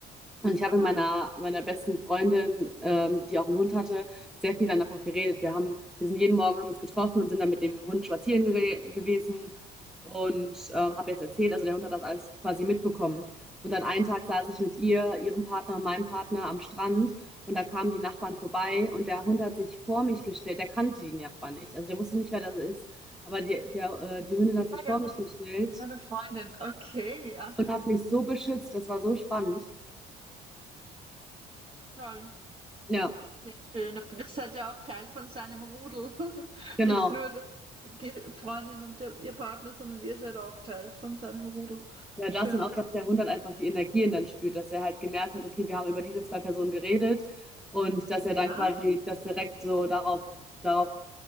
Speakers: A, in the centre; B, on the right (about 35°).
A: Und ich habe
B: aha,
A: mit meiner, meiner besten Freundin, ähm, die auch einen Hund hatte, sehr viel dann einfach geredet. Wir haben, wir sind jeden Morgen, haben uns getroffen und sind dann mit dem Hund spazieren ge gewesen und ähm, habe jetzt erzählt, also der Hund hat das alles quasi mitbekommen. Und dann einen Tag saß ich mit ihr, ihrem Partner und meinem Partner am Strand und da kamen die Nachbarn vorbei und der Hund hat sich vor mich gestellt. Der kannte die Nachbarn nicht, also der wusste nicht, wer das ist. Aber die, der, äh, die Hündin hat sich
B: bei der
A: vor
B: Hund
A: mich gestellt
B: deiner Freundin. Okay, ja,
A: und hat mich so beschützt. Das war so spannend.
B: toll.
A: Ja,
B: Ja, schön. Aber Das hat ja auch Teil von seinem Rudel. <laughs>
A: genau.
B: Nicht nur die Freundin und der, ihr Partner, sondern ihr seid auch Teil von seinem Rudel.
A: Ja,
B: Schön.
A: das und auch, dass der Hund halt einfach die Energien dann spürt, dass er halt gemerkt hat, okay, wir haben über diese zwei Personen geredet und dass
B: Ja,
A: er dann quasi das direkt so darauf, darauf,